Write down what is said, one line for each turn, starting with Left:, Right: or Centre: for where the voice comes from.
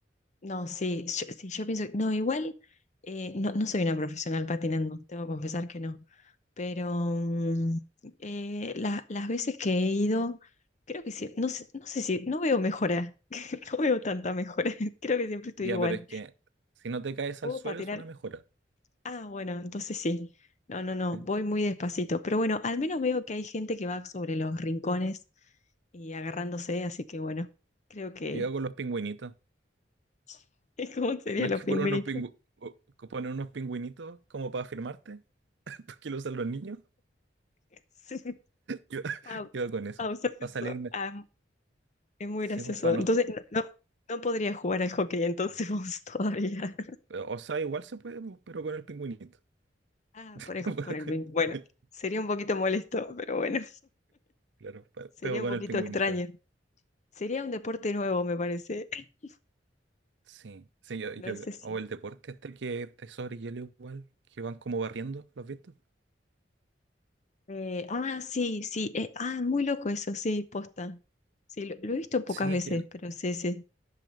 Left: No, sí, yo, sí, yo pienso, no, igual, eh, no, no soy una profesional patinando, tengo que confesar que no, pero mm, eh, la- las veces que he ido, creo que sí, no, sé- no sé si, no veo mejora, <laughs> no veo tanta mejora, <laughs> creo que siempre estoy
Right: Ya,
Left: igual.
Right: pero es que si no te caes
Left: ¿Puedo
Right: al suelo
Left: patinar?
Right: es una mejora.
Left: Ah, bueno, entonces sí, no, no, no,
Right: Sí.
Left: voy muy despacito, pero bueno, al menos veo que hay gente que va sobre los rincones y agarrándose, así que bueno, creo que
Right: Yo hago los pingüinitos.
Left: <laughs> es como serían
Right: No es
Left: los
Right: que
Left: pingüinitos.
Right: ponen unos pingü- o- que ponen unos pingüinitos como para firmarte, <laughs> porque lo usan los niños.
Left: <laughs>
Right: Yo, <laughs>
Left: Ah,
Right: yo hago con eso.
Left: ah, usas
Right: Para
Left: eso.
Right: salirme.
Left: Ah, es muy
Right: Sí,
Left: gracioso.
Right: pues para
Left: Entonces,
Right: no.
Left: no, no, no podría jugar al hockey entonces vos <laughs> todavía.
Right: O sea, igual se puede, pues, pero con el pingüinito.
Left: Ah,
Right: <laughs>
Left: por el, por el bien. Bueno, sería un poquito molesto, pero bueno,
Right: Claro, pe-
Left: sería
Right: pero
Left: un
Right: con
Left: poquito
Right: el pingüinito.
Left: extraño. Sería un deporte nuevo, me parece. <laughs>
Right: Sí, sí, yo, yo,
Left: No sé si.
Right: o el deporte este que es sobre hielo igual, que van como barriendo, ¿lo has visto?
Left: eh, ah, sí, sí. eh, ah, muy loco eso, sí, posta. Sí, lo, lo he visto pocas
Right: Sí,
Left: veces,
Right: que el-
Left: pero sí, sí.